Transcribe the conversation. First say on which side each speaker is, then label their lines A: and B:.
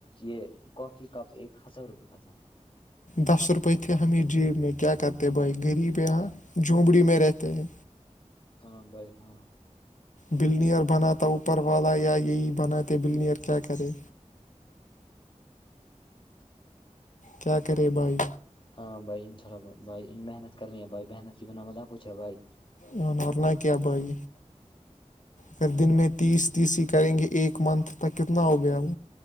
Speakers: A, on the left; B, on the left.
A: یہ کافی کپ ایک ہزار روپئے کا تھا
B: دس روپئے تھے ہم یہ جیب میں کیا کرتے بھائی غریب
A: بھائی
B: یہاں
A: کیا
B: جھونبڑی میں رہتے ہیں
A: ہاں بائی ہاں
B: بلنیئر بناتا اوپر والا یا یہی بناتے بلنیئر کیا کرے کیا کرے بائی
A: ہاں بھائی ان شاء اللہ بائی محنت کر رہی ہے بھائی محنت کی بنا بت کچھ ہے بھائی
B: ورنا کیا بھائی پھر دن میں تیس تیس ہی کریں گے ایک منتھ تک کتنا ہو گیا وہ